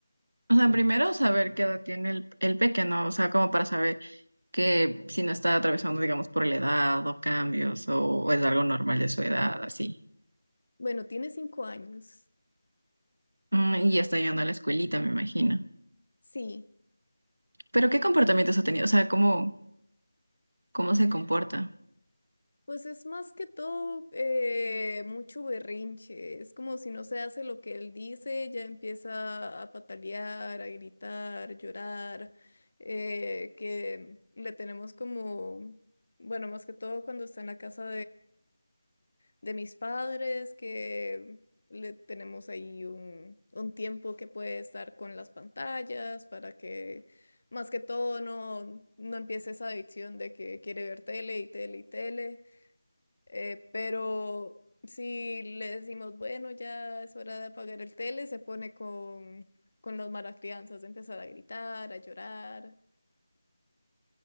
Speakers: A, on the right; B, on the left.
A: O sea, primero saber qué edad tiene el, el pequeño, o sea, como para saber que si no está atravesando, digamos, por la edad o cambios o, o es algo normal de su edad, así.
B: Bueno, tiene cinco años.
A: Mm, Y ya está llegando a la escuelita, me imagino.
B: Sí,
A: Pero ¿qué comportamientos ha tenido? O sea, ¿cómo, cómo se comporta?
B: pues es más que todo eh, mucho berrinche. Es como si no se hace lo que él dice, ya empieza a patalear, a gritar, llorar. eh, que le tenemos como, bueno, más que todo cuando está en la casa de mis padres, que le tenemos ahí un, un tiempo que puede estar con las pantallas para que más que todo no, no empiece esa adicción de que quiere ver tele y tele y tele. Eh, pero si le decimos, bueno, ya es hora de apagar el tele, se pone con, con los malacrianzas de empezar a gritar, a llorar.